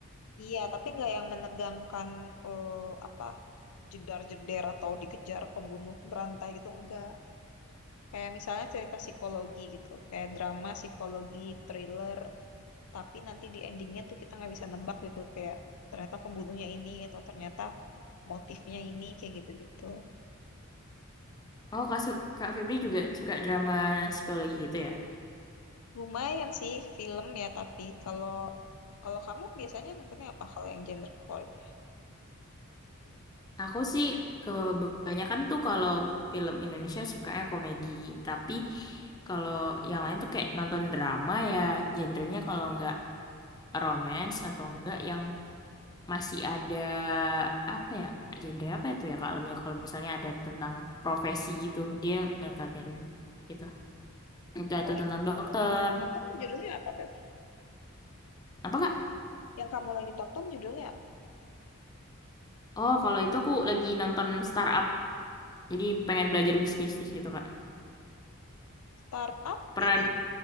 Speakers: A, on the left (about 80°); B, on the left (about 20°).
A: Iya, tapi nggak yang menegangkan eh, apa jedar-jeder atau dikejar pembunuh berantai gitu enggak. Kayak misalnya cerita psikologi gitu, kayak drama psikologi, thriller, tapi nanti di endingnya tuh kita nggak bisa nebak gitu, kayak ternyata pembunuhnya ini atau ternyata motifnya ini kayak gitu-gitu.
B: Oh, Kak, Su- Kak Febri juga suka drama psikologi gitu ya?
A: Lumayan sih film ya, tapi kalau kalau kamu biasanya nontonnya apa kalau yang genre favoritnya?
B: Aku sih kebanyakan tuh kalau film Indonesia sukanya komedi, tapi kalau yang lain tuh kayak nonton drama ya, genrenya kalau nggak romance atau enggak yang masih ada apa ya, genre apa itu ya Kak? Kalau misalnya ada tentang profesi gitu, dia ngekatin gitu. Entah itu
A: Oh
B: tentang
A: iya,
B: dokter,
A: lagi kamu tonton judulnya apa berarti?
B: apa Kak?
A: Yang kamu lagi tonton judulnya apa?
B: Oh, kalau itu aku lagi nonton startup, jadi pengen belajar bisnis di situ Kak.
A: Startup
B: pernah
A: ini